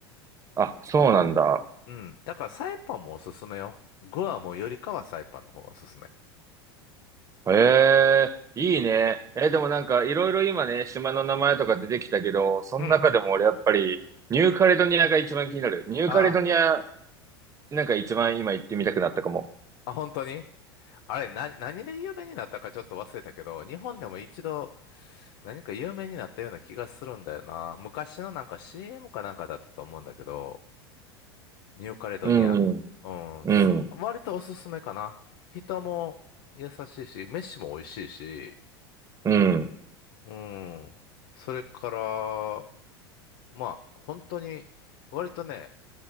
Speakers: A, on the right (about 25°); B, on the left (about 60°).
A: あ、そうなんだ。
B: うん。だからサイパンもおすすめよ。グアムよりかはサイパンの方がおすすめ。
A: ええ、いいね。
B: う
A: え、でもなんかいろいろ今ね、島の名前とか出てきたけど、その中でも俺やっぱりニューカレドニアが一番気になる。
B: うん。
A: ニューカレドニア、
B: あ
A: なんか一番今行ってみたくなったかも。
B: あ、あ、本当にあれ、な、何で有名になったかちょっと忘れたけど、日本でも一度何か有名になったような気がするんだよな。昔のなんか CM かなんかだったと思うんだけど、ニューカレドニア。
A: うん、
B: うん、
A: うん、
B: す割とおすすめかな。
A: う
B: 人も優しいし、飯も美味しいし、
A: ん、
B: うん。それから、まあ、本当に、割とね、